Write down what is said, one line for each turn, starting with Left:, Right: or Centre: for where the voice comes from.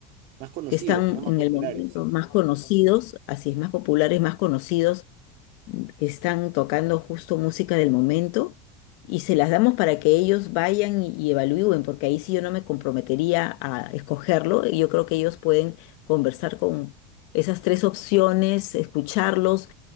Right: Más conocidos,
Left: que están
Right: ¿no? Más
Left: en
Right: populares.
Left: el momento más conocidos, así es, más populares, más conocidos, mm, que están tocando justo música del momento. Y se las damos para que ellos vayan y, y evalúen, porque ahí sí yo no me comprometería a escogerlo. Yo creo que ellos pueden conversar con esas tres opciones, escucharlos